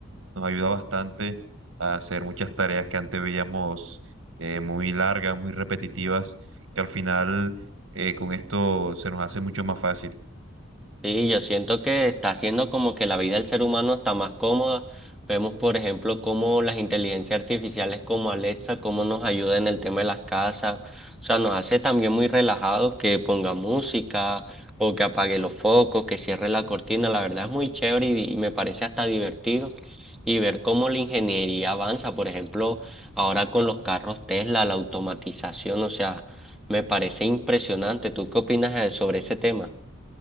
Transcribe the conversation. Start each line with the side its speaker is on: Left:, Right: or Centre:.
Right: nos ayuda bastante a hacer muchas tareas que antes veíamos eh, muy largas, muy repetitivas, que al final eh, con esto se nos hace mucho más fácil.
Centre: Sí, yo siento que está haciendo como que la vida del ser humano está más cómoda. Vemos, por ejemplo, cómo las inteligencias artificiales como Alexa, cómo nos ayuda en el tema de las casas. O sea, nos hace también muy relajados que ponga música o que apague los focos, que cierre la cortina. La verdad es muy chévere y, y me parece hasta divertido. Y ver cómo la ingeniería avanza, por ejemplo, ahora con los carros Tesla, la automatización, o sea, me parece impresionante. ¿Tú qué opinas eh, sobre ese tema?